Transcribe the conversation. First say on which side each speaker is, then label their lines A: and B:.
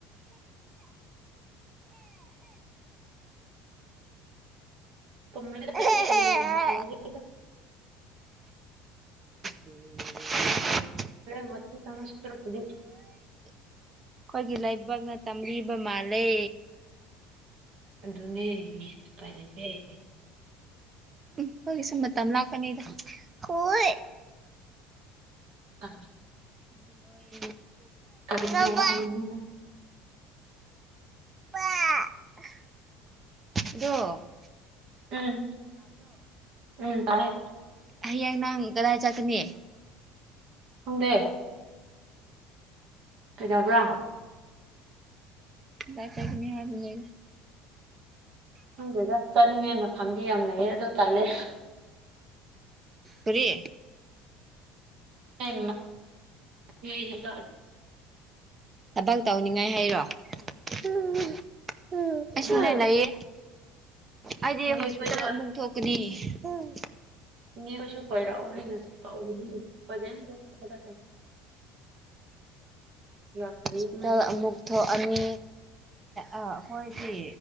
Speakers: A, on the right; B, on the right.
A: ꯀ
B: ꯑꯩꯈꯣꯏꯒꯤ ꯎ
A: ꯃ ꯁ꯭ꯔꯗ
B: ꯑꯩꯈꯣꯏꯒꯤ ꯂꯥꯏꯕꯥꯛ ꯅ ꯇꯝꯔꯤꯕ ꯃꯥꯂꯦ
A: ꯑꯗꯨꯅꯦꯄꯥꯏ ꯂꯩ ꯀꯔꯤ
B: ꯎꯝ ꯐꯣꯏ ꯁꯨꯝ ꯃꯇꯝ ꯂꯥꯛꯀꯅꯤꯗ ꯍꯣꯏ
A: ꯑ
B: <unintelligible>
A: ꯀꯔꯤꯗ
B: ꯂꯕꯥ
A: ꯋꯥꯠꯂꯤꯅꯤꯅꯣ
B: ꯑꯥꯗꯣ
A: ꯎꯝ ꯎꯝ ꯇꯥꯏ
B: ꯍꯌꯦꯡ ꯅꯪ ꯀꯗꯥꯏ ꯆꯠꯀꯅꯤ
A: ꯈꯪꯗꯦ ꯀꯩꯗꯧꯕ꯭ꯔꯥ
B: ꯅꯪ ꯆꯠꯀꯅꯤ ꯍꯥꯏꯕꯅꯦ
A: ꯍꯪꯗꯣꯏꯗ ꯆꯠꯂꯤꯉꯩ ꯃꯐꯝꯗꯤ ꯌꯥꯝ ꯂꯩꯌꯦ ꯑꯗꯣ ꯇꯜꯂꯦ
B: ꯀꯔꯤ
A: <unintelligible>
B: ꯊꯥꯕꯛ ꯇꯧꯅꯤꯡꯉꯥꯏ ꯍꯥꯏꯔꯣ ꯎꯝ ꯎ ꯑꯩꯁꯨꯅꯦ
A: ꯍꯥ
B: ꯂꯩꯌꯦ ꯑꯩꯗꯤ
A: ꯏꯅꯦ
B: ꯍꯣꯁꯄꯤꯇꯥꯜ
A: ꯈꯣꯏꯗ
B: ꯑꯃꯨꯛ ꯊꯣꯛꯀꯅꯤ ꯑꯝ
A: ꯏ ꯍꯣꯏꯔꯛꯑꯣ ꯍꯩꯅꯁꯨ ꯇꯧꯅꯤ ꯐꯖꯅ ꯂꯥꯛꯇ꯭ꯔꯤ
B: ꯍꯣꯁꯄꯤꯇꯥꯜ
A: ꯃꯣꯏꯗꯁꯨ
B: ꯑꯃꯨꯛ ꯊꯣꯛ ꯑꯅꯤ ꯑꯩꯈꯣꯏꯁꯤ